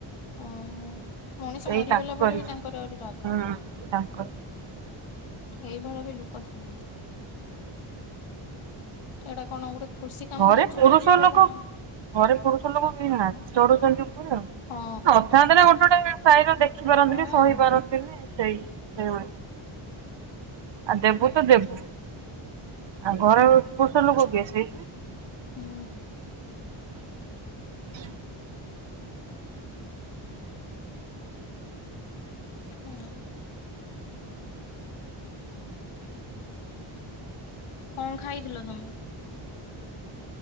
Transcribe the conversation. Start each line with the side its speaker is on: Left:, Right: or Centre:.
Left: ଓହୋ ମଣିଷ
Right: ସେଇ
Left: ମରିଗଲା
Right: ତାଙ୍କରି।
Left: ପରେ ବି ତାଙ୍କର ଆହୁରି ରାଗ।
Right: ହୁଁ ତାଙ୍କ
Left: ଏଇଭଳି ବି ଲୋକ ଥାଆନ୍ତି। ଏଇଟା କଣ ଗୋଟେ ଖୁସି କାମ
Right: ଘରେ
Left: ହଉଛି
Right: ପୁରୁଷ
Left: ନା ଯିବେ
Right: ଲୋକ
Left: ତମ
Right: ଘରେ ପୁରୁଷ ଲୋକ ବି ନାହାନ୍ତି ଚଢୁଛନ୍ତି। ଆ
Left: ହଁ
Right: ଅଚାତ ଗୋଟେ ଛଟ ସ ଦେଖ ଶଖିପାରନ୍ତିନି
Left: ହଁ।
Right: ଶୁଣିପାରନ୍ତିନି। ସେଇ ସେଇଭଳି ଆଉ ଦେବୁ ତ ଦେବୁ ଆଉ ଘରେ ପୋଷ ଲୋକ ବିଏ।
Left: ହୁଁ
Right: <inaudible>
Left: ଆ କଣ ଖାଇଥିଲ ତମ